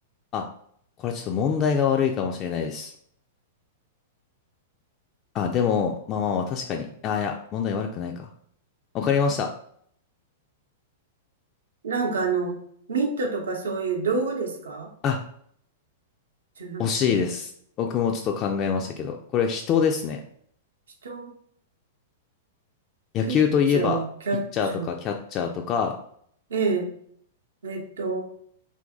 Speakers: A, on the left (about 35°); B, on the right (about 80°).
A: あ、これちょっと問題が悪いかもしれないです。あ、でも、まあまあまあ、確かに。あ、いや、問題悪くないか。わかりました。
B: なんかあの、ミットとかそういう道具ですか
A: あ
B: じゃなくて、
A: 惜しいです。僕もちょっと考えましたけど、これは人ですね。
B: 人、
A: 野球といえば、
B: ピッチャー、キャッチャー、
A: ピッチャーとかキャッチャーとか、
B: ええ、えっと、